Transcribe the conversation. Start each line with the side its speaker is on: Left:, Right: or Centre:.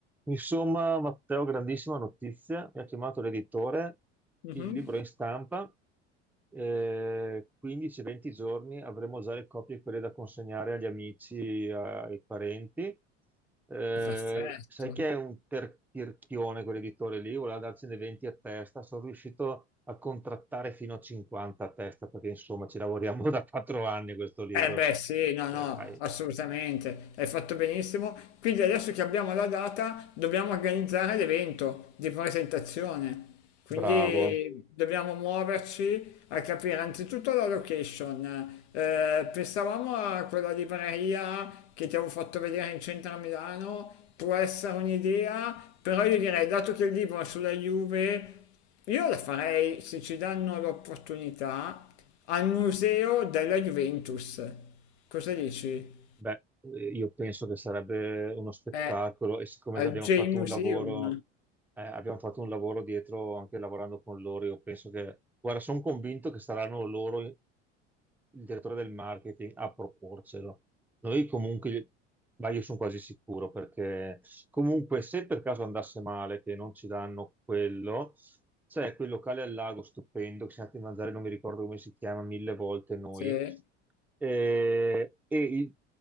Centre: Insomma, Matteo, grandissima notizia, mi ha chiamato l'editore,
Left: Mh-mh.
Centre: il libro è in stampa, eh, 15-20 giorni avremo già le copie quelle da consegnare agli amici, a- ai parenti. Eh,
Left: Perfetto.
Centre: sai che è un per- tirchione quell'editore lì, voleva darcene 20 a testa, sono riuscito a contrattare fino a 50 a testa perché insomma ci lavoriamo <laughs> da 4 anni a questo libro.
Left: Eh beh sì, no,
Centre: Cioè,
Left: no,
Centre: dai,
Left: assolutamente, hai fatto benissimo. Quindi adesso che abbiamo la data dobbiamo organizzare l'evento di presentazione. Quindi
Centre: bravo.
Left: dobbiamo muoverci a capire anzitutto la location. Eh, pensavamo a quella libreria che ti avevo fatto vedere in centro a Milano, può essere un'idea, però io direi, dato che il libro è sulla Juve, io la farei se ci danno l'opportunità Al museo della Juventus. Cosa dici?
Centre: Beh, eh, io penso che sarebbe uno spettacolo
Left: Eh,
Centre: e siccome
Left: al
Centre: abbiamo
Left: J
Centre: fatto un
Left: Museum.
Centre: lavoro, eh, abbiamo fatto un lavoro dietro anche lavorando con loro, io penso che, guarda, sono convinto che saranno loro, il direttore del marketing, a proporcelo. Noi comunque, ma io sono quasi sicuro perché comunque se per caso andasse male che non ci danno quello, c'è quel locale al lago stupendo che siamo andati a mangiare, non mi ricordo come si chiama, mille volte noi
Left: Sì.
Centre: eh, e il